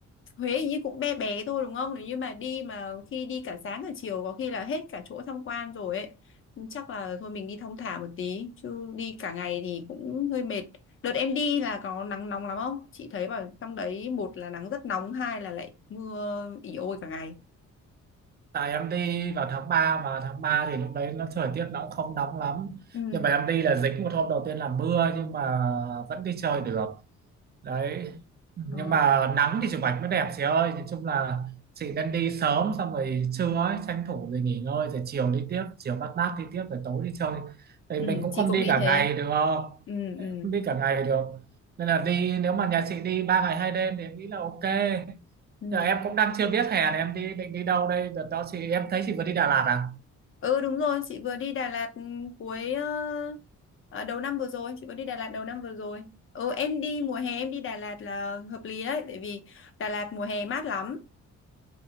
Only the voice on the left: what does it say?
Huế hình như cũng bé bé thôi đúng không? Nếu như mà đi mà khi đi cả sáng cả chiều có khi là hết cả chỗ tham quan rồi ấy. Chắc là thôi mình đi thong thả một tí chứ đi cả ngày thì cũng hơi mệt. Đợt em đi là có nắng nóng lắm không? Chị thấy bảo trong đấy một là nắng rất nóng, hai là lại mưa ỉ ôi cả ngày.
Ừ.
Ờ.
Ừ,
chị
cũng
nghĩ
thế.
Ừ, ừ.
Ừ.
ừ đúng rồi chị vừa đi Đà Lạt ừ, cuối ờ, à, đầu năm vừa rồi chị vừa đi Đà Lạt đầu năm vừa rồi ừ em đi mùa hè em đi Đà Lạt là hợp lý đấy tại vì Đà Lạt mùa hè mát lắm